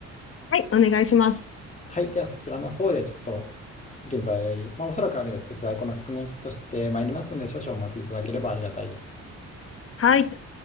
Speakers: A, on the left; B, on the left.
A: はい、お願いします。
B: はい。では、そちらの方でちょっと、現在、まあ、おそらくあるんですけど、在庫の確認をちょっとしてまいりますので、少々お待ちいただければありがたいです。
A: はい。